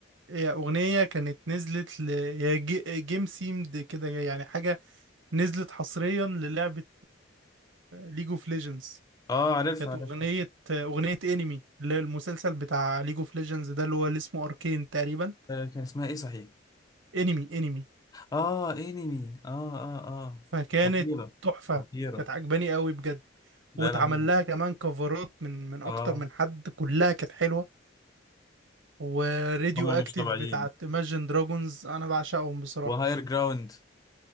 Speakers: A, on the right (about 75°); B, on the left (about 20°).
A: هي اغنيه كانت نزلت ل هي جي- جيم سيمد كده يعني حاجه نزلت حصريا للعبه ليج اوف ليجندز
B: آه عارفها
A: كانت
B: عارفها.
A: اغنيه اغنيه انمي اللي هي المسلسل بتاع ليج اوف ليجندز ده اللي هو اللي اسمه اركين تقريبا
B: آه، كان اسمها إيه صحيح
A: انمي انمي
B: آه إنمي آه آه آه
A: فكانت
B: خطيرة
A: تحفه
B: خطيرة
A: كانت عجباني قوي بجد
B: لا
A: واتعمل
B: لا هم
A: لها كمان كفرات من من اكتر
B: آه
A: من حد كلها كانت حلوه وراديو
B: هم
A: اكتيف
B: مش طبيعيين
A: بتاعت Imagine Dragons انا بعشقهم بصراحة
B: وهاير جراوند